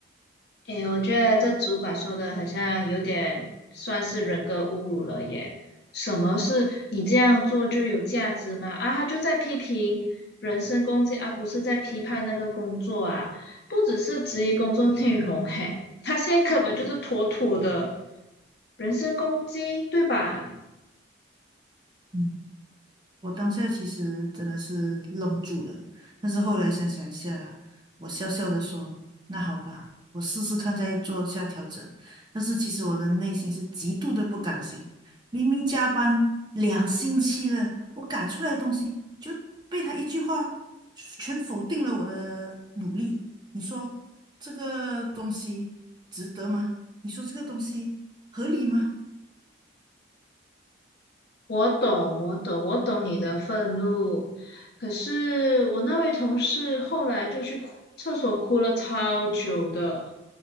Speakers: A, on the left; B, on the right.
A: 诶，我觉得这主管说的很像有点算是人格侮辱了耶。什么是你这样做就有价值吗？啊，他就在批评人身攻击，而、不是在批判那个工作啊。不只是质疑工作内容，嘿，他现在根本就是妥妥的人身攻击，对吧？
B: 嗯。我当下其实真的是愣住了，但是后来想想一下，我笑笑的说：“那好吧，我试试看，再做下调整。”但是其实我的内心是极度的不甘心，明明加班两星期了，我赶出来的东西就被他一句话全否定了我的努力。你说这个东西值得吗？你说这个东西合理吗？
A: 我懂，我懂，我懂你的愤怒。可是我那位同事后来就去哭厕所哭了超久的，